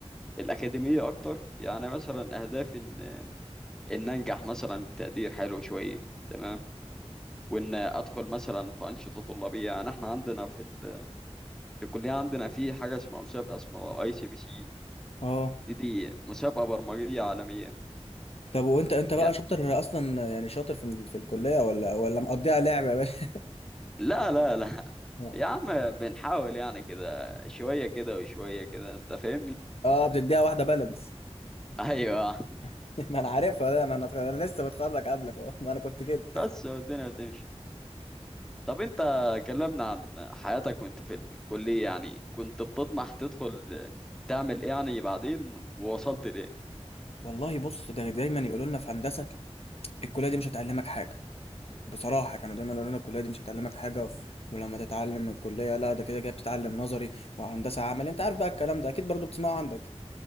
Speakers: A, in the centre; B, on the left (about 60°).
A: الأكاديمية أكتر يعني مثلا أهدافي إن إن أنجح مثلا بتقدير حلو شوية تمام وإن أدخل مثلا في أنشطة طلابية يعني إحنا عندنا في ال... في الكلية عندنا في حاجة اسمها مسابقة اسمها أي سي بي سي
B: اه
A: دي دي مسابقة برمجية عالمية
B: طب وانت انت بقى
A: يا
B: شاطر اصلا يعني شاطر في في الكليه ولا ولا مقضيها لعب يا باشا
A: لا لا لا <laughs>
B: <laughs>
A: يا عم بنحاول يعني كده شوية كده وشوية كده أنت فاهمني؟
B: اه بتديها واحده بالانس
A: <laughs> أيوه
B: <laughs> ما انا عارفها ده ما انا أنا لسه متخرج قبلك اهو ما انا كنت كده
A: بس الدنيا بتمشي طب انت كلمنا عن حياتك وانت في الكلية يعني كنت بتطمح تدخل تعمل ايه يعني بعدين ووصلت لايه
B: والله بص ده دايما يقولوا لنا في هندسه الكليه دي مش هتعلمك حاجه بصراحه كانوا دايما يقولوا لنا الكليه دي مش هتعلمك حاجه و- ولما تتعلم من الكليه لا ده كده كده بتتعلم نظري وهندسه عملي انت عارف بقى الكلام ده اكيد برضو بتسمعه عندك